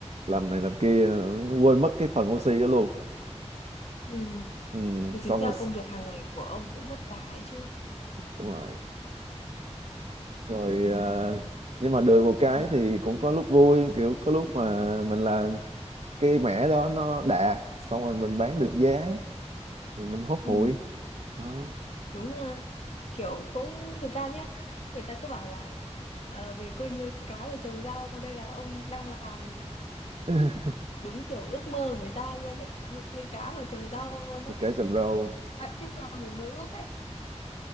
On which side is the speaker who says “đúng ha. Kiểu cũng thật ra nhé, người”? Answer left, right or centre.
Left